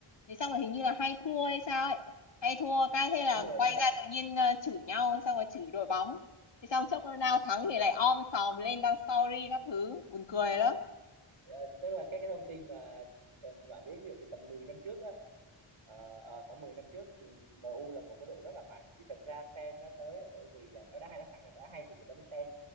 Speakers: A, on the left (about 60°); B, on the right (about 85°).
A: thế xong rồi hình như là hay thua
B: Ừ,
A: hay
B: ừ.
A: sao ấy hay thua cái thế là
B: đúng rồi
A: quay
B: đúng rồi
A: ra tự nhiên ờ, chửi nhau xong rồi chửi đội bóng thì xong chốc nó nào thắng thì lại om sòm lên đăng story các thứ buồn cười lắm
B: Dạ, tức là cái cái thông tin mà cần bạn biết ví dụ như tầm 10 năm trước á ờ, ờ, khoảng 10 năm trước thì MU là một cái đội rất là mạnh thì thật ra fan nó tới là bởi vì là nó đá hay nó sẵn là đã hay thì người ta mới fan